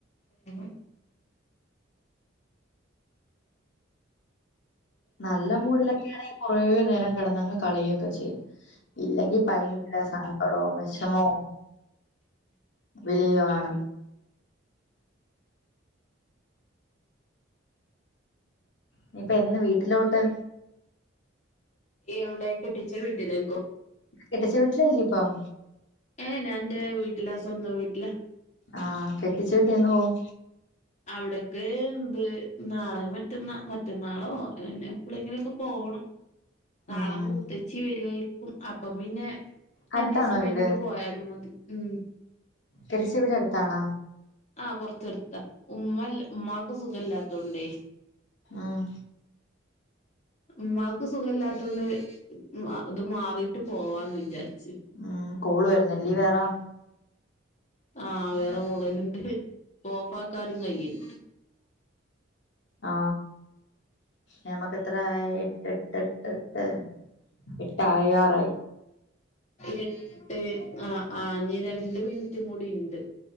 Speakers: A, on the left; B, on the left.
A: <unintelligible>
B: നല്ല മൂടിലൊക്കൊണെങ്കിൽ കുറേ നേരം കിടന്നങ്ങ് കളിയൊക്കെ ചെയ്യും ഇല്ലെങ്കിൽഭ - യങ്കര സങ്കടവും വിഷമോ വിളിയോ ആണ് ഇനി ഇപ്പ എന്ന് വീട്ടിലോട്ട്
A: എവിടെ കെട്ടിച്ച വീട്ടിലേ
B: കെട്ടിച്ച വീട്ടിൽ അല്ലേ ഇപ്പം
A: ഏയ് ഞാനെന്റെ വീട്ടിലാ സ്വന്തം വീട്ടിലാ
B: ആഹ് കെട്ടിച്ച വീട്ടി എന്ന് പോവും?
A: അവിടക്കെ എന്ത് നാളെ മറ്റന്നാ മറ്റന്നാളോ ഇ എപ്പോഴെങ്കിലുക്കെ പോവണം നാളെ
B: ഉം
A: മൂത്തച്ചി വരുവായിരിക്കും അപ്പം പിന്നെ
B: അടുത്താണോ
A: രണ്ടീസം കഴിഞ്ഞിട്ട്
B: വീട്
A: പോയാലും മതി ഉം
B: കെടിച്ച വീട് അടുത്താണാ?
A: ആഹ്! കൊറച്ചെടുത്താ ഉമ്മല്ല ഉമ്മാക്ക് സുഖം ഇല്ലാത്തോണ്ടേ
B: ആഹ്!
A: ഉമ്മാക്ക് സുഖമല്ലാത്തൊണ്ട് അത് മാറിട്ട് പോവാന്ന് വിചാരിച്ച്
B: ഉം.... കോള് വരുന്നല്ലേ വേറെ
A: ആഹ്! വേറെ കോള് വരുന്നുണ്ട് ഓഫാക്കാനും കയില്ല
B: ആ നമക്ക് എത്ര എട്ട് എട്ട് എട്ട് എട്ട് എട്ടായ് വാറായി
A: എട്ട് ആ ആഞ് രണ്ട് മിനിറ്റും കൂടി ഉണ്ട്